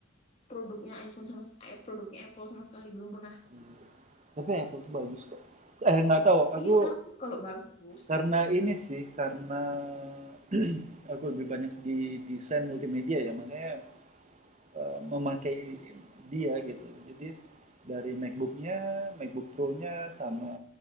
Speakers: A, on the left (about 30°); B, on the right (about 35°).
A: produknya iPhone sama eh, produknya Apple sama sekali. Belum pernah.
B: Iya. Tapi Apple tuh bagus kok. Eh nggak tahu, aku
A: Iya tahu kalau bagus.
B: Karena ini sih, karena <clears throat> aku lebih banyak di desain multimedia ya, makanya, eee, memakai dia gitu. Jadi, dari MacBook-nya, MacBook Pro-nya, sama